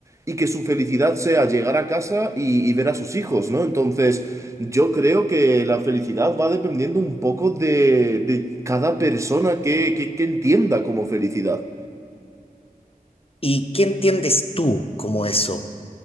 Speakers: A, on the right; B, on the left.
A: y que su felicidad sea llegar a casa y, y ver a sus hijos, ¿no? Entonces, yo creo que la felicidad va dependiendo un poco de, de cada persona que, que que entienda como felicidad.
B: ¿Y qué entiendes tú como eso?